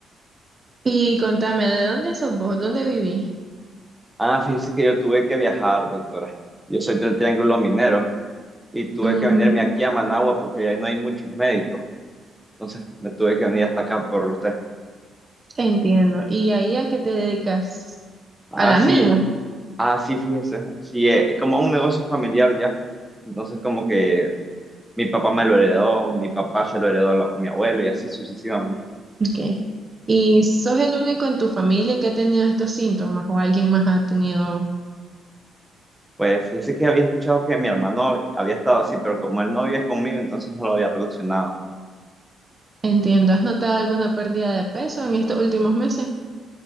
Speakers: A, on the right; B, in the centre.
A: Y contame, ¿de dónde sos vos? ¿Dónde vivís?
B: Ah, fíjese que yo tuve que viajar, doctora. Yo soy del Triángulo Minero y tuve
A: Mm,
B: que venirme aquí a Managua porque ahí no hay muchos médicos. Entonces me tuve que venir hasta acá por usted.
A: entiendo. ¿Y ahí a qué te dedicas?
B: Ah,
A: ¿A la
B: sí.
A: mina?
B: Ah, sí, fíjese, sí, eh, es como un negocio familiar ya. Entonces, como que mi papá me lo heredó, mi papá se lo heredó a lo- mi abuelo y así sucesivamente.
A: Ok. ¿Y sos el único en tu familia que ha tenido estos síntomas o alguien más ha tenido?
B: Pues fíjese que había escuchado que mi hermano había estado así, pero como él no vive conmigo, entonces no lo había relacionado.
A: Entiendo. ¿Has notado alguna pérdida de peso en estos últimos meses?